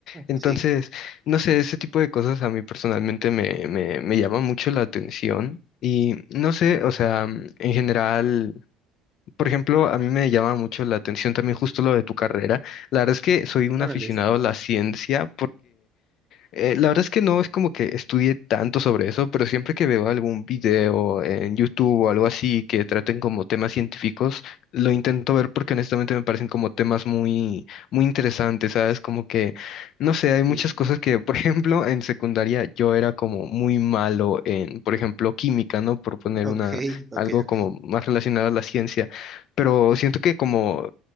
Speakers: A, on the left; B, on the right.
A: Entonces,
B: sí,
A: no sé, ese tipo de cosas a mí personalmente me, me, me llama mucho la atención y no sé, o sea, mm, en general, por ejemplo, a mí me llama mucho la atención también justo lo de tu carrera. La verdad es que soy un
B: órale.
A: aficionado a la ciencia eh, la verdad es que no es como que estudie tanto sobre eso, pero siempre que veo algún video en YouTube o algo así que traten como temas científicos, lo intento ver porque honestamente me parecen como temas muy, muy interesantes, ¿sabes? Como que, no sé, hay muchas
B: Sí.
A: cosas que, por <laughs> ejemplo, en secundaria yo era como muy malo en, por ejemplo, química, ¿no? Por poner una,
B: Ok, ok,
A: algo
B: ok.
A: como más relacionado a la ciencia, pero siento que como